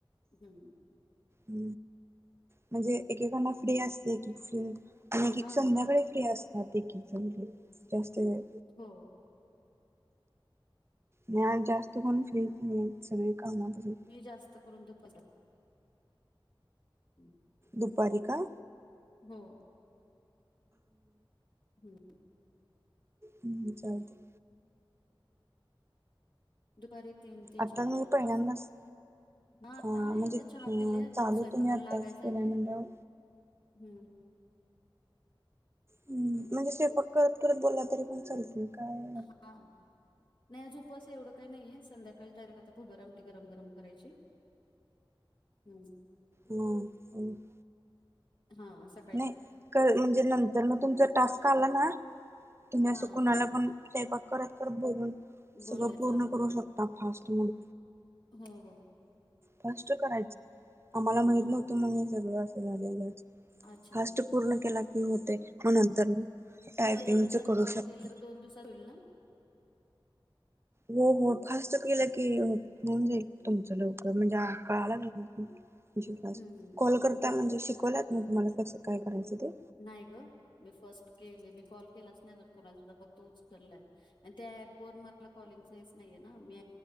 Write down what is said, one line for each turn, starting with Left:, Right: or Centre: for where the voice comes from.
Left: हम.
Right: ह म्हणजे एकेकांना फ्री असते की फ्री आणि एक एक
Left: हा
Right: संध्याकाळी फ्री असतात एक एक जणं जास्त वेळ.
Left: हो.
Right: नाही आज जास्त कोण फ्री च नाहीत सगळे कामातच आहेत.
Left: मी जास्त करून दुपज <unintelligible> हम्म.
Right: दुपारी का?
Left: हो. हम्म
Right: हं चालतंय.
Left: दुपारी तीन ते
Right: आता
Left: चार
Right: मी पहिल्यांदाच
Left: असं. म आता
Right: अ म्हणजे
Left: आहे आता
Right: अ
Left: चहा पिले, आता
Right: चालू
Left: स्वयंपाकाला
Right: तुम्ही आत्ताच
Left: लागायच
Right: केलाय
Left: अजून.
Right: म्हणल्यावर
Left: हम्म.
Right: हम् म्हणजे स्वयंपाक करत करत बोला तरी पण चालत काय
Left: हा. नाही आज उपवास हाय, एवढं काही नाहीये, संध्याकाळी डायरेक्ट आता भगर आमटी गरम गरम करायची. हम्म.
Right: मग
Left: हा सका
Right: नाही कळ म्हणजे नंतर न तुमचा टास्क आला ना तुम्ही असं
Left: हा
Right: कुणाला पण स्वयंपाक करत करत बोलून
Left: बोललं
Right: सगळं पूर्ण
Left: चालतं
Right: करू
Left: हो
Right: शकता फास्ट मध्ये.
Left: हो हो.
Right: फास्ष्ट करायचं, आम्हाला माहित
Left: हा
Right: नव्हतं म्हणून हे सगळं असं झालेलं
Left: अच्छा
Right: फास्ट पूर्ण केला की होतय, मग नंतर टायपिंगच
Left: पहिला दिवसात
Right: करू
Left: कॉल
Right: शकता.
Left: केल्या वर दोन दिवसात होईल ना?
Right: हो हो फास्ट केलं की होऊन जाईल तुमचं लवकर, म्हणजे कळला म्हणजे बास,
Left: हम्म
Right: कॉल करता म्हणजे शिकवल्यातना तुम्हाला कसं काय करायचं ते?
Left: नाही ग मी फर्स्ट केले मी कॉल केलाच नाही अजून कुणाला फक्त उचललाय. आणि त्या ऍप वर मला कॉलिंगयच हेच नाहीये ना, मी